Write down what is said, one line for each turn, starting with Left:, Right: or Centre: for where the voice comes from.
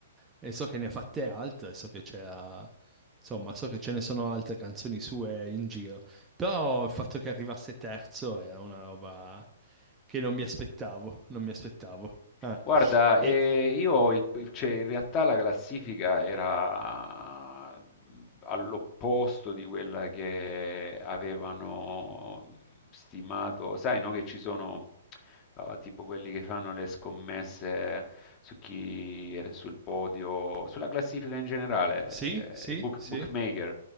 Right: e so che ne ha fatte altre, so che c'era, insomma, so che ce ne sono altre canzoni sue in giro. Però il fatto che arrivasse terzo era una roba che non mi aspettavo, non mi aspettavo. Ah,
Left: Guarda,
Right: e
Left: eh, io il- il- cioè, in realtà la classifica era all'opposto di quella che avevano stimato. Sai, no, che ci sono eh, tipo quelli che fanno le scommesse su chi è sul podio, sulla classifica in generale,
Right: Sì, sì,
Left: eh, i book-
Right: sì.
Left: bookmaker.